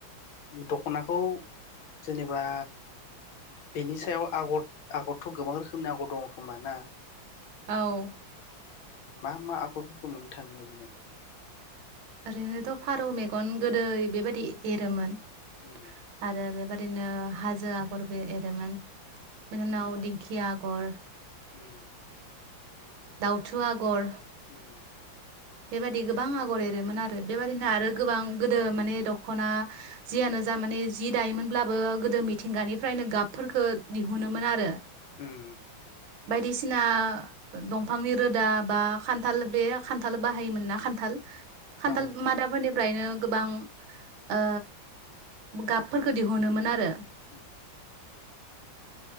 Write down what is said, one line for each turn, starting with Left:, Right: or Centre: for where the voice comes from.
Left: दख'नाखौ जेनेबा बेनि सायाव आगर आगरथ' गोबां रोखोमनि आगर दङ' खोमा ना?
Right: औ ।
Left: मा मा आगरफोरखौ मोननो थाङो ओरैनो?
Right: ओरैनोथ' फारौ मेगन गोदो बेबायदि एरोमोन ।
Left: उम
Right: आरो <unintelligible> दिनो हाजो आगरबो एरोमोन ।
Left: उम
Right: <unintelligible> दिंखिया गर ।
Left: उम ।
Right: दाउथु आगर ।
Left: उम।
Right: बेबायादि गोबां आगर एरोमोन आरो बेबादिनो आरो गोबां गोदो माने दख'ना जियानो जा माने जि दायोमोनब्लाबो गोदो मिथिंगानिफ्रायनो गाबफोरखौ दिहुनोमोन आरो ।
Left: उम ।
Right: बायदिसिना दंफांनि रोदा बा खान्थाल बे खान्थाल बाहायोमोन ना खान्थाल । खान्थाल
Left: औ
Right: मादाबफोरनि फ्रायनो गोबां ओ गाबफोरखो दिहुनोमोन आरो ।
Left: <unintelligible>